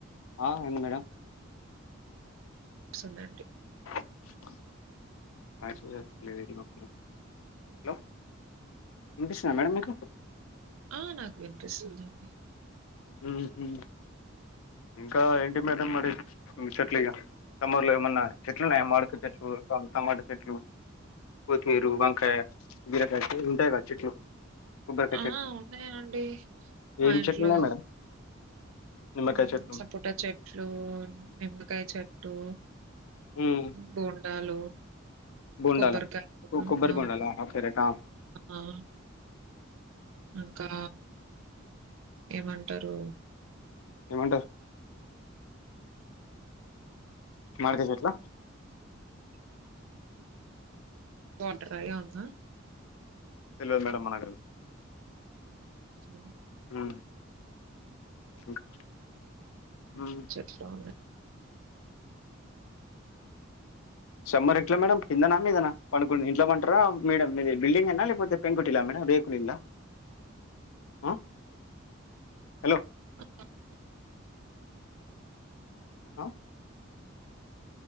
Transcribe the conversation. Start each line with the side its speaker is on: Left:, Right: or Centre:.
Left: ఆ అయ్యింది మేడమ్
Right: వస్తుందండి.
Left: ఆ <unintelligible> హలో వినిపిస్తుందా మేడం మీకు
Right: ఆ నాకు వినిపిస్తుందండి.
Left: హ్మ్ ఉ హ్మ్ ఇంకా ఏంటి మేడం మరి చెట్లు ఇగా సమ్మర్లో ఎమ్ మొన్న చెట్లు ఉన్నాయా మామిడికాయ చెట్లు టమాటా చేట్ చెట్లు కొత్తిమీర, వంకాయ, బీరకాయ, ఉంటాయి కదా చెట్లు కొబ్బరికాయ
Right: ఆ
Left: చెట్లు
Right: ఉన్నాయా అండి. మా
Left: ఏం
Right: ఇంట్లో
Left: చెట్లు ఉన్నాయి మేడం నిమ్మకాయ
Right: హు
Left: చెట్లు
Right: సపోటా చెట్లు, నిమ్మకాయ చెట్టు
Left: ఉమ్
Right: బోండాలు
Left: బోండాల
Right: కొబ్బరికాయలు
Left: కొబ్బరి
Right: ఆ
Left: బోండాల ఓకే రైట్ ఆ
Right: ఆ ఇంకా ఏమంటారు
Left: ఏమంటా మామిడికాయ చెట్ల
Right: వాటర్ కాయ ఆ <inaudible>
Left: తెలివదు మేడం మనకది
Right: హు <inaudible>
Left: హు ఇంకా ఉమ్
Right: చెట్ల నే
Left: సమ్మరు ఎట్లా మేడం కిందనా మీదనా పడుకుంది ఇంట్లో పంటారా మేడ మీది బిల్డింగేనా లేకపోతే పెంకుటిల్లా మేడం రేకులు ఇల్లా హు హలో
Right: హు <inaudible>
Left: అ